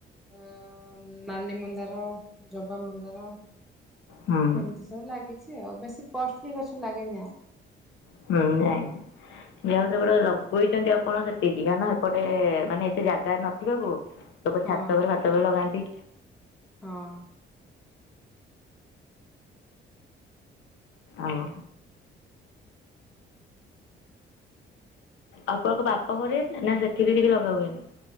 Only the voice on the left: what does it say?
ହୁଁ
<unintelligible> ଯାହା ହଉ ସେପଟେ ଲଗେଇଛନ୍ତି ଆପଣ ସେତିକି କାହିଁନା ଏପଟେ ମାନେ ଏତେ ଜାଗା ନଥିବାକୁ। ଲୋକ
ଛାତ ଉପରେ ଭାତ ବି ଲଗାନ୍ତି।
ଆଉ। ଆପଙ୍କ ବାପ ଘରେ ନା ସେଠି ବି କିଛି ଲଗା ହୁଏନି।